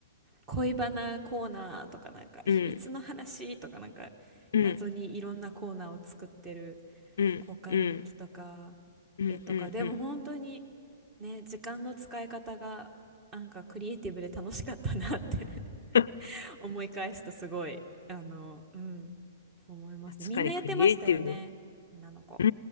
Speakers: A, on the right (about 20°); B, on the left (about 75°).
A: 恋バナコーナーとかなんか秘密の話とかなんか
B: うん。うん。
A: 謎にいろんなコーナーを作ってる
B: うん。
A: 交換日記とか
B: うん。うん。
A: 絵とかでも本当に
B: うん。うん
A: ね、時間の使い方がなんかクリエイティブで楽しかったなって <laughs>
B: <laughs>。
A: 思い返すとすごいあの、うん、思いますね。
B: 確かにクリエイティブ。
A: みんなやってましたよね、女の子。
B: う